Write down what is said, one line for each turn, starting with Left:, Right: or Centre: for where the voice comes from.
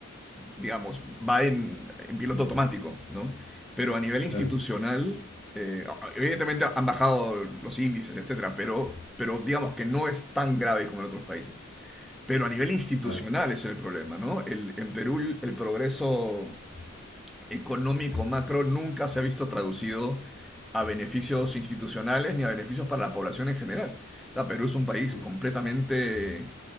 Centre: digamos, va en, en piloto automático, ¿no? Pero a nivel
Left: claro,
Centre: institucional, eh, evidentemente han bajado los índices, etcétera, pero, pero digamos que no es tan grave como en otros países. Pero a nivel institucional
Left: claro.
Centre: es el problema, ¿no? El, en Perú el progreso económico macro nunca se ha visto traducido a beneficios institucionales ni a beneficios para la población en general. O sea, Perú es un país
Left: Mm,
Centre: completamente